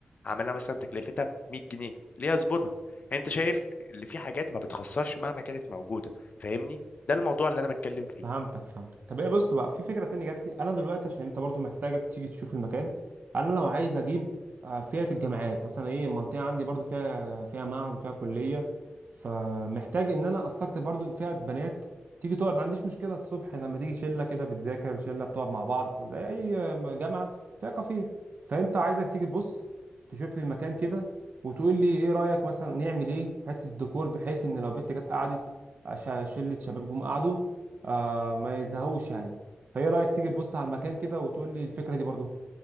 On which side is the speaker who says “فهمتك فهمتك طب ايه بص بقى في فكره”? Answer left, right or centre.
Right